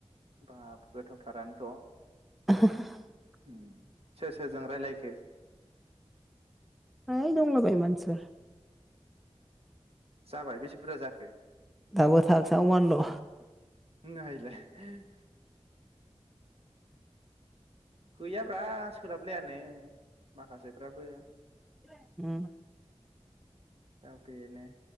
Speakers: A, on the right (about 60°); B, in the centre.
A: बाब गोथावथारानोथ'।
B: <inaudible>
A: <unintelligible> सोर सोरजों रायलायखो?
B: ओइ दंलाबायो मानसिफोर।
A: जाबाय बेसे बुरजा जाखो?
B: दाबो थाग्सा अवानल'।
A: नायलाय <unintelligible> गैयाब्रा सोलाबलायानो माखासेफ्राबो
B: उम
A: दा बेनो।